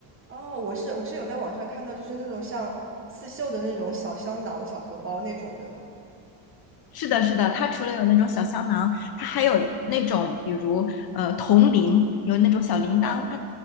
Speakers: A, on the right; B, on the left.
A: 哦，我是我是有在网上看到，就是那种像刺绣的那种小香囊、小荷包那种，对吗？
B: 是的，是的，它除了有那种小香囊，它还有那种，比如呃铜铃，有那种小铃铛，
A: 哦，
B: 它